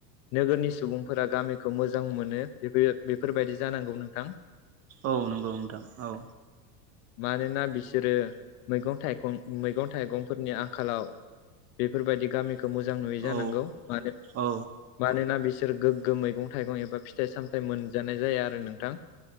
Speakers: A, on the left; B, on the right.
A: नोगोरनि सुबुंफोरा गामिखौ मोजां मोनो बेफोर बेफोरबायदि जानांगौ नोंथां।
B: औ नंगौ नोंथां औ।
A: मानोना बिसोरो मैगं थाइगं मैगं थाइगंफोरनि आंखालाव बेफोरबायदि गामिखौ मोजां नुयै
B: औ
A: जानांगौ मानो
B: औ।
A: मानोना बिसोर गोग्गो मैगं थाइगं एबा फिथाइ सामथायाइ मोनजानाय जाया आरो नोंथां।